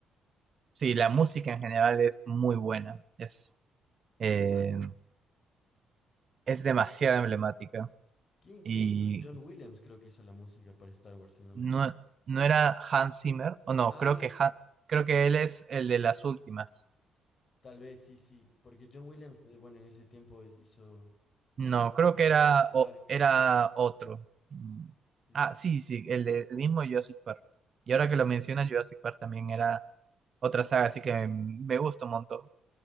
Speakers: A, on the right; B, on the left.
A: Sí, la música en general es muy buena. Es eh, es demasiado emblemática.
B: ¿Quién, quién
A: Y
B: hizo? John Williams creo que hizo la música para Star Wars, si no me
A: no,
B: equivoco.
A: no era Hans Zimmer, o no,
B: Ah,
A: creo que, Han- creo que
B: ta-
A: él es el de las últimas.
B: tal vez sí, sí, porque John Williams, eh, bueno, en ese tiempo es- hizo hizo
A: No, creo
B: Jurassic
A: que era,
B: Park.
A: o- era otro. Mm,
B: Sí,
A: Ah,
B: sí.
A: sí, sí, el, de- el mismo Jurassic Park. Y ahora que lo mencionas, Jurassic Park también era otra saga, así que mm, me gusta un montón.